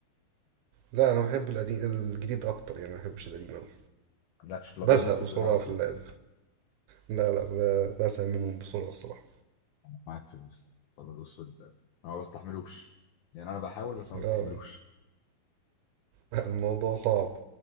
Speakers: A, on the right; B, on the left.
A: لا انا بحب القديم الجديد اكتر يعني ما بحبش القديم اوي
B: مالكش في الابيض
A: بزهق
B: والاسود
A: بسرعه
B: والحاجات
A: في
B: دي
A: اللعب لا لا ب- بزهق منهم بسرعه الصراحه
B: معاك في الابيض والاسود انا ما بستحملوش يعني انا بحاول بس ما
A: اه
B: بستحملوش
A: الموضوع صعب